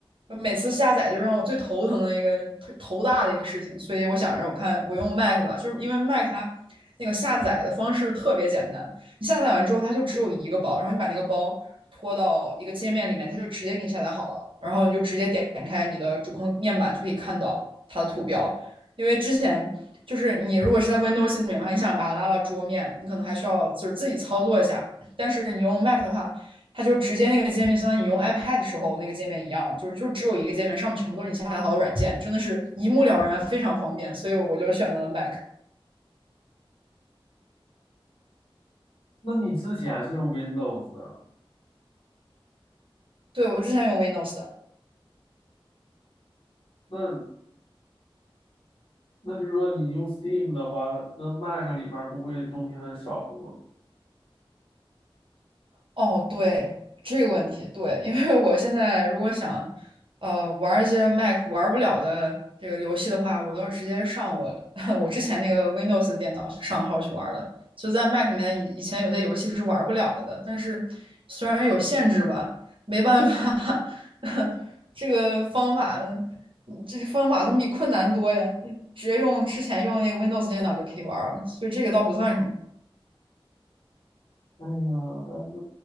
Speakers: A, on the right (about 65°); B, on the left (about 70°).
A: 每次下载就让我最头疼的一个头头大的一个事情，所以我想着我看我用 Mac 吧，就是因为 Mac 它那个下载的方式特别简单，你下载完之后它就只有一个包，然后你把那个包拖到一个界面里面，它就直接给你下载好了，然后你就直接点开你的主控面板就可以看到它的图标，因为之前。就是你如果是在 Windows 里面的话，你想把它拉到桌面，你可能还需要就是自己操作一下。但是你用 Mac 的话，它就直接那个界面，相当于你用 iPad 的时候那个界面一样，就是就只有一个界面，上面全部都是你下载好的软件，真的是一目了然，非常方便。所以我就选择了 Mac。
B: 那你之前是用 Windows 的，
A: 对我之前用 Windows 的，
B: 那那就是说你用 Steam 的话，那 Mac 里面不会东西很少吗？
A: 哦，对，这个问题，对，因为我现在如果想，呃，玩一些 Mac 玩不了的这个游戏的话，我都直接上我 <laughs> 我之前那个 Windows 电脑去上号去玩的。就在 Mac 里面，以以前有些游戏是玩不了了的，但是虽然有限制吧，没办法，<laughs> 这个方法，嗯这方法总比困难多呀。嗯直接用之前用的那个 Windows 电脑就可以玩了，所以这个倒不算什么。
B: 哎呀，但是